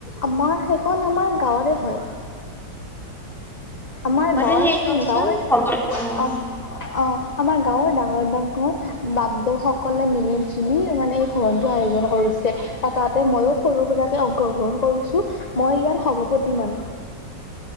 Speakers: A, on the left; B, in the centre.
A: আমাৰ সেইখন আমাৰ গাঁৱৰে হয়। আমাৰ
B: মানে
A: গাঁৱৰ-গাঁৱৰ
B: সেই দিয়কচোন খবৰ অ
A: অ-অ। আমাৰ গাঁৱৰ ডাঙৰ-ডাঙৰ বাপদেউসকলে মিলি জুলি মানে এই ঘৰত আয়োজন কৰিছে আৰু তাতে মইও সৰু সুৰাকে অংশগ্ৰহণ কৰিছো মই ইয়াৰ সভাপতি মানে।